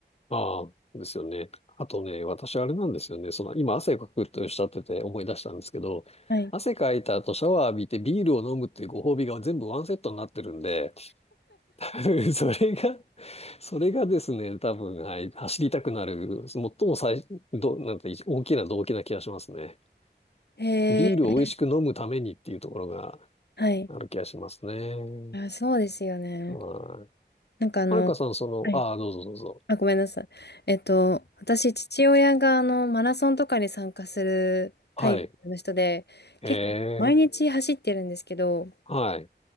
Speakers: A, on the left; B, on the left.
A: ああ、ですよね。あとね、私あれなんですよね。その、今汗かくとおっしゃってて思い出したんですけど、
B: はい。
A: 汗かいた後シャワー浴びてビールを飲むっていうご褒美が全部ワンセットになってるんで、<laughs> 多分それが、それがですね、多分、はい、走りたくなる、最も最、ど、なんて、大きな動機な気がしますね。
B: へ
A: ビールを美味しく飲むためにっていうところが
B: え、はい。
A: ある気がしますね。
B: あ、そうですよね。
A: はい。
B: なんかあの、
A: はるかさん、その、
B: はい
A: ああ、どうぞどうぞ。
B: あ、ごめんなさい。えっと、私、父親があのマラソンとかに参加するタイプの人で、
A: はい。え
B: 結構毎日走ってるんですけど、
A: え、はい。